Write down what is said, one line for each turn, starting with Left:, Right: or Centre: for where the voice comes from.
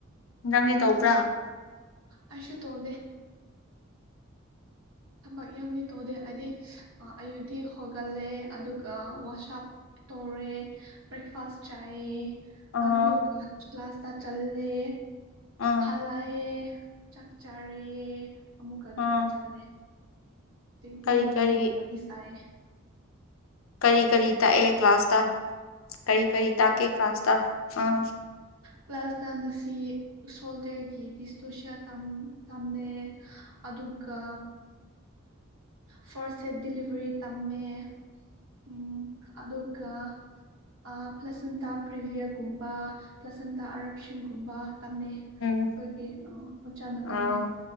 Left: ꯅꯪꯗꯤ ꯇꯧꯗꯔꯥ
Right: ꯑꯩꯁꯨꯨ ꯇꯧꯗꯦ ꯊꯕꯛ ꯌꯥꯝꯗꯤ ꯇꯧꯗꯦ ꯍꯥꯏꯗꯤ ꯑꯌꯨꯠꯗꯤ ꯍꯣꯒꯠꯂꯦ ꯑꯗꯨꯒ ꯋꯥꯁꯥꯞ ꯇꯧꯔꯦ ꯕ꯭ꯔꯦꯛꯐꯥꯁ ꯆꯥꯏ
Left: ꯑꯥ
Right: ꯑꯗꯨꯒ ꯀ꯭ꯂ꯭ꯂꯥꯁꯗ ꯆꯜꯂꯦ
Left: ꯑꯥ
Right: ꯍꯜ ꯆꯌꯦ ꯆꯥꯛ ꯆꯥꯔꯦ ꯑꯃꯨꯛꯀ ꯑꯗꯨꯗꯤ
Left: ꯑꯥ
Right: ꯆꯠꯂꯦ ꯍꯨꯖꯤꯡꯛꯇꯤ
Left: ꯀꯔꯤ
Right: ꯅꯡꯕꯨ
Left: ꯀꯔꯤ
Right: ꯋꯥꯔꯤ ꯁꯥꯢ
Left: ꯀꯔꯤ ꯀꯔꯤ ꯇꯥꯛꯑꯦ ꯀ꯭ꯂꯥꯁꯇ ꯀꯔꯤ ꯀꯔꯤ ꯇꯥꯛꯀꯦ ꯀ꯭ꯂꯥꯁꯇ ꯑꯥ
Right: ꯀ꯭ꯂ꯭ꯥꯁꯇ ꯑꯁꯤ ꯁꯣꯜꯗꯔꯒꯤ ꯗꯤꯁꯇꯣꯁꯤꯌꯥ ꯇꯝꯃꯦ ꯑꯗꯨꯒ ꯐꯥꯔꯁ ꯁꯦꯠ ꯗꯤꯂꯤꯚꯔꯤ ꯇꯝꯃꯦ ꯎꯝ ꯑꯗꯨꯒ ꯑꯩ ꯄ꯭ꯂꯁꯟꯇꯥ ꯄ꯭ꯔꯤꯕꯤꯌꯒꯨꯝꯕ ꯄ꯭ꯂꯁꯟꯇꯥ ꯑꯔꯞꯁꯥꯟꯒꯨꯝꯕ ꯇꯝꯃꯦ
Left: ꯎꯝ
Right: ꯈꯣꯏꯒꯤ ꯑꯣ ꯑꯣꯖꯥꯅ
Left: ꯑꯥ
Right: ꯇꯝꯃꯦ